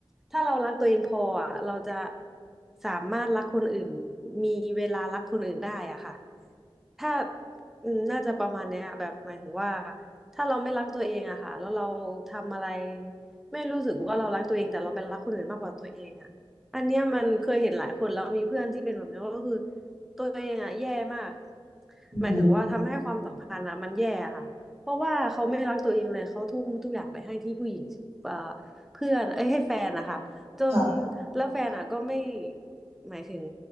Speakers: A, in the centre; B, on the right.
A: ถ้าเรารักตัวเองพออะเราจะสามารถรักคนอื่นมีเวลารักคนอื่นได้อะค่ะ ถ้าอืมน่าจะประมาณเนี้ยแบบหมายถึงว่าถ้าเราไม่รักตัวเองอะค่ะแล้วเราทำอะไร ไม่รู้สึกว่าเรารักตัวเอง แต่เราไปรักคนอื่นมากกว่าตัวเองอะอันเนี้ยมันเคยเห็นหลายคนแล้วมีเพื่อนที่เป็นแบบนี้ก็คือตัวเองอะแย่มาก
B: อืม
A: หมายถึงว่าทำให้ความสัมพันธ์อะมันแย่อะค่ะเพราะว่าเขาไม่รักตัวเองเลย เขาทุ่มทุกอย่างไปให้ที่ผู้หญิงเอ่อเพื่อนเอ้ยให้แฟนนะคะจน
B: ค่ะ
A: แล้วแฟนอะก็ไม่หมายถึง